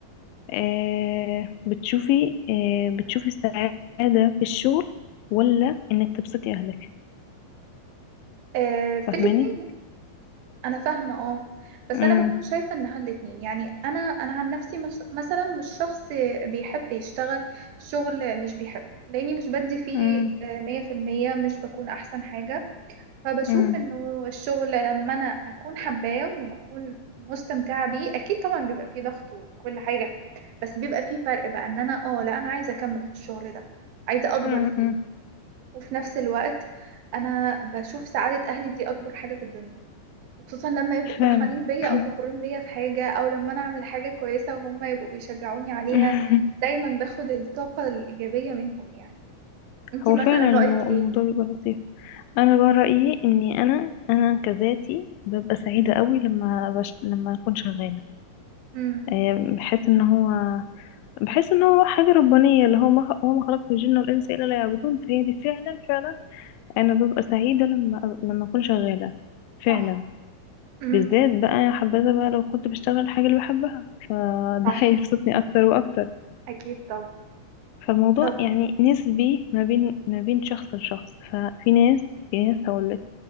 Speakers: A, on the left (about 80°); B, on the right (about 75°).
A: آه بتشوفي آه بتشوفي السعادة في الشغل ولا انك تبسطي اهلك
B: اه، في
A: فاهماني
B: الاتنين انا فاهمه اه بس
A: مم.
B: انا بكون شايفه انها الاتنين يعني انا انا عن نفسي مس- مثلا مش شخص بيحب يشتغل شغل مش بيحبه لاني مش بدي فيه
A: مم.
B: آه، مية في المية مش بكون احسن حاجه فبشوف
A: مم.
B: انه الشغل لما انا اكون حباه وما اكون مستمتعه بيه اكيد طبعا بيبقى فيه ضغط وكل حاجه بس بيبقى فيه فرق بقى ان انا اه لا انا عايزه اكمل في الشغل ده عايزه اكبر
A: مم.
B: فيه
A: مم.
B: وفي نفس الوقت انا بشوف سعاده اهلي دي اكبر حاجه في الدنيا وخصوصا لما يبقوا فرحانين
A: فعلا
B: بيا
A: <laughs>
B: او فخورين بيا في حاجة او لما انا اعمل حاجة كويسة وهم يبقوا بيشجعوني عليها
A: <coughs>
B: دايما باخد الطاقة الإيجابية منهم يعني انتي
A: هو
B: مثلا
A: فعلا المو-
B: رأيك
A: الموضوع
B: ايه
A: بيبقى لطيف انا بقى رأيي اني انا انا كذاتي ببقى سعيدة قوي لما بش... لما اكون شغالة
B: امم
A: آه، بحس ان هو بحس ان هو حاجة ربانية اللي هو ما هو ما خلقت الجن والانس الا ليعبدون فهي دي فعلا فعلا انا ببقى سعيدة لما لما اكون شغالة فعلا
B: صح امم
A: بالذات بقى يا حبذا بقى لو كنت بشتغل الحاجة اللي بحبها فده
B: صح
A: <laughs> هيبسطني اكتر واكتر
B: اكيد طبعا
A: فالموضوع
B: طب
A: يعني نسبي ما بين ما بين شخص لشخص ففي ناس في ناس هقولك